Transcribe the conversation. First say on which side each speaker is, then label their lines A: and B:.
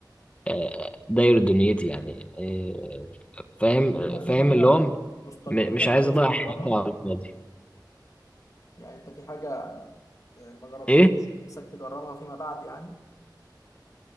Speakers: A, on the left; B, on the left.
A: آه، داير دنيتي يعني آه، فاهم
B: أنت في
A: فاهم
B: حاجة
A: اللي هو م-
B: مستقبليا
A: مش عايز
B: عايز
A: اضيع
B: تجربها
A: حياتي على الفاضي
B: يعني أنت في حاجة ما جربتهاش
A: ايه
B: نفسك تجربها فيما بعد يعني